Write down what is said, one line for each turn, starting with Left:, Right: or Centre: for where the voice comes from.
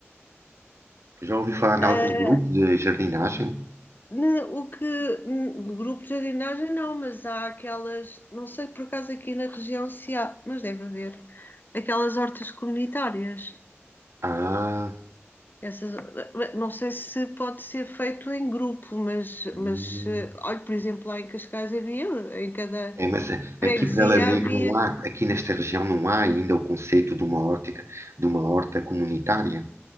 Right: Já ouvi falar em
Left: Ah,
Right: algum grupo de jardinagem?
Left: ne- o que, n- de grupo de jardinagem não, mas há aquelas, não sei por acaso aqui na região se há, mas deve haver, aquelas hortas comunitárias.
Right: Ah,
Left: Essas, não sei se pode ser feito em grupo, mas,
Right: hum.
Left: mas eh, olha, por exemplo, lá em Cascais havia, em cada
Right: é, mas é,
Left: freguesia
Right: aqui para Lamego
Left: havia.
Right: não há, aqui nesta região não há ainda o conceito de uma horta, de uma horta comunitária.